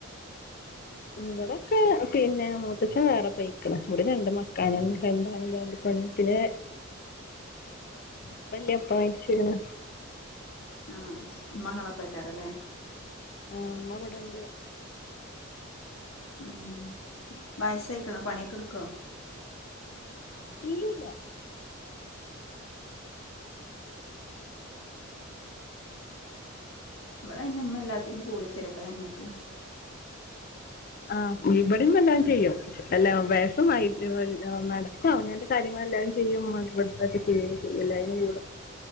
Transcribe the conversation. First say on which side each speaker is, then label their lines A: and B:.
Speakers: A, on the left; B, on the left.
A: ഇവിടൊക്കെ പിന്നെ മൂത്തച്ഛൻ വേറെ പെയ്ക്ണ്. ഇവടെ രണ്ട് മക്കളാണ് രണ്ടാണ് രണ്ട് പെണും. പിന്നെ ഇപ്പല്ല ഇപ്പ മര്ച്ച്ക്ണ്.
B: ആഹ് ഉമ്മ ഇങ്ങളെപ്പേക്കാരല്ലേ?
A: ആഹ് ഉമ്മ ബടണ്ട്.
B: ഉം ബയസായിക്ണോ പണിയൊക്കെ ഇടുക്കോ?
A: ഇല്ലില്ല.
B: ഇവടെ അയിന് മ്മ എല്ലാത്തിനും കൂടിത്തരൂട്ടൊ ഞങ്ങക്ക്.
A: ആഹ് ഇവട്യും എല്ലാം ചെയ്യും. എല്ലാ വെയസൊന്നു ആയിട്ടില്ല. <unintelligible> നടക്കും അവനാന്റെ കാര്യങ്ങളെല്ലാം ചെയ്യും. <unintelligible> അത് പോൽതൊക്കെ ചെയ്യൊക്കെ ചെയ്യും എല്ലായ്നും കൂടും.